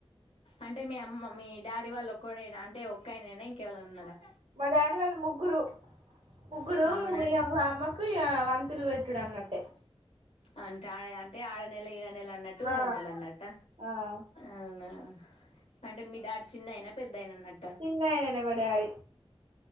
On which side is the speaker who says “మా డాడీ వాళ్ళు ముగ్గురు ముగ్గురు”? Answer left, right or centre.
Right